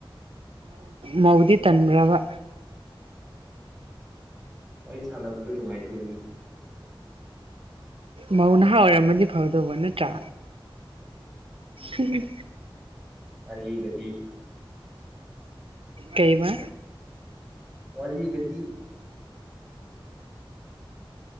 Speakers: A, on the right; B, in the centre.
A: ꯃꯧꯗꯤ ꯇꯟꯕ꯭ꯔꯕ
B: ꯍꯣꯏ ꯁꯥꯟꯅꯕꯗꯨꯣ ꯅꯨꯡꯉꯥꯏꯇꯦꯗꯅ
A: ꯃꯧ ꯅꯍꯥ ꯑꯣꯏꯔꯝꯃꯗꯤ ꯐꯥꯎꯗꯧꯕ ꯅꯠꯇ꯭ꯔꯥ ꯎꯝ
B: ꯑꯅꯤꯒꯗꯤ
A: ꯀꯩꯕ
B: ꯋꯥꯔꯤꯒꯗꯤ